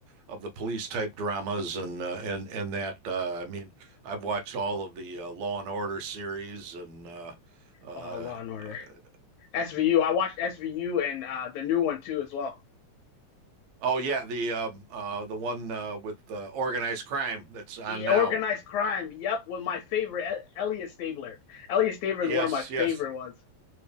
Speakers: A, on the right; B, on the left.
A: of the police type dramas and uh, and and that uh I mean, I've watched all of the uh, Law and Order series and uh uh
B: Oh, Law and Order.
A: uh,
B: S V U. I watched SVU and uh, the new one too as well.
A: oh yeah, the um uh the one uh with uh, organized crime that's on
B: Yeah,
A: now.
B: organized crime. Yep, with my favorite E- Elliot Stabler. Elliot Stabler
A: Yes,
B: is one of my favorite
A: yes.
B: ones.